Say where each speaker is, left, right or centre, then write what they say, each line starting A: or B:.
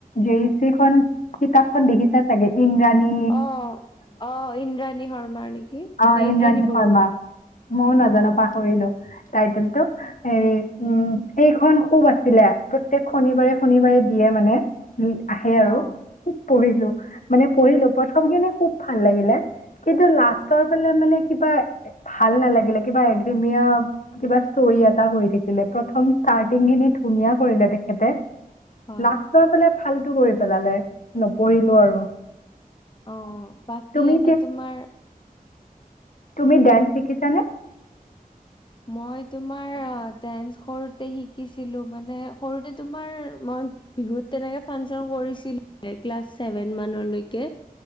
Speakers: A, on the left; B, on the left.
A: J E C খন, কিতাপখন দেখিছা চাগে ইন্দ্ৰানী
B: অ', -অ', ইন্দ্ৰাণী শৰ্মাৰ নেকি।
A: অ',
B: নে
A: ইন্দ্ৰাণী শৰ্মা,
B: বৰুৱা
A: মইও নাজানো
B: অ
A: পাহৰিলো, টাইটেলটো। হেৰি, উম, সেইখন খুব আছিলে, প্ৰত্যেক শনিবাৰে- শনিবাৰে দিয়ে মানে। আহে আৰু,
B: অ
A: খুব পঢ়িলো, মানে পঢ়িলো প্ৰথমখিনি খুব ভাল লাগিলে। কিন্তু লাষ্টৰ ফালে মানে কিবা, ভাল নালাগিলে কিবা একঘেৰেমিয়া কিবা ষ্টৰী এটা হৈ থাকিলে, প্ৰথম ষ্টাৰটিং খিনি ধুনীয়া কৰিলে তেখেতে।
B: হয়
A: লাষ্টৰ ফালে ফালটু কৰি পেলালে, নপঢ়িলো আৰু।
B: অ', বাকী
A: তুমি
B: এনে
A: কি
B: তোমাৰ
A: তুমি ডান্স শিকিছানে?
B: মই তোমাৰ ডেন্স সৰুতে শিকিছিলো মানে সৰুতে তোমাৰ মই বিহুত তেনেকে ফাংচন কৰিছিলো, ক্লাছ ছেভেন মানলৈকে কে,